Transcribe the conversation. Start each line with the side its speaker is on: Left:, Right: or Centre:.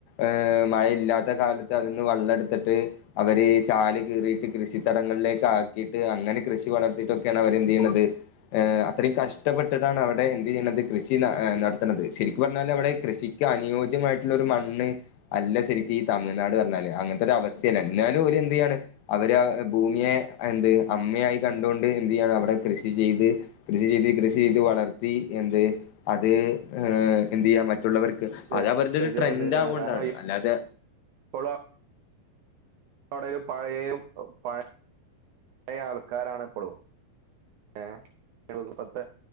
Left: ഏ മഴയില്ലാത്ത കാലത്ത് അതിന്ന് വെള്ളം എടുത്തിട്ട് അവര്ഈ ചാല് കീറിയിട്ട് കൃഷി തടങ്ങളിലേക്ക് ആക്കിയിട്ട് അങ്ങനെ കൃഷി വളർത്തിയിട്ടൊക്കെയാണ് അവര്ന്ത് ചെയ്യുന്നത് അത്ര കഷ്ടപ്പെട്ട അവിടെ എന്ത് ചെയ്യുന്നത് കൃഷി നടത്തുന്നത് ശരിക്ക് പറഞ്ഞാൽ അവിടെ കൃഷിക്ക് അനുയോജ്യമായിട്ടുള്ള ഒരു മ ണ് അല്ല ശെരിക്കും ഈ തമിഴ്നാട് പറഞ്ഞാല് അങ്ങനത്തെ ഒരു അവസ്ഥലാ എന്നാലും ഒരു എന്തെയാണ് അവര് ഭൂമിയെ എന്ത് അമ്മയായി കണ്ടുകൊണ്ട് എന്ത് ചെയ്യാണ് അവിടെ കൃഷി ചെയ്ത് കൃഷി ചെയ്ത് കൃഷി ചെയ്ത് വളർത്തി എന്ത് അത് ഏ എന്ത് ചെയ്യാ മറ്റുള്ളവർക്ക്
Right: ശ
Left: അത് അവരുടെ
Right: ശരിയാണ്
Left: ഒരു ട്രെൻഡ് ആവോണ്ടാണ്
Right: കാരണം ഇ
Left: അല്ലാതെ
Right: <inaudible> അവിടെ ഒരു പഴയ പ പഴയ ആൾക്കാരണിപ്പഴും ഏ <inaudible>